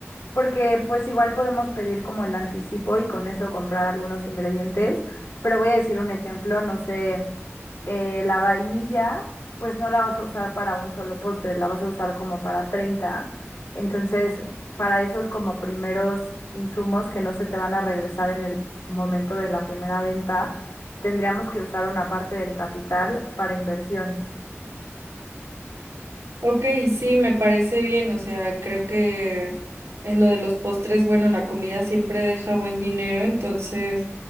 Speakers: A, on the left; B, on the right.
A: porque pues igual podemos pedir como el anticipo y con eso comprar algunos ingredientes. Pero voy a decir un ejemplo, no sé. eh, la vainilla, pues no la vas a usar para un solo postre, la vas a usar como para treinta, Entonces, para esos como primeros insumos que no se te van a regresar en el momento de la primera venta, tendríamos que usar una parte del capital para inversión.
B: Ok, sí, me parece bien, o sea, creo que en lo de los postres, bueno, la comida siempre deja buen dinero, entonces,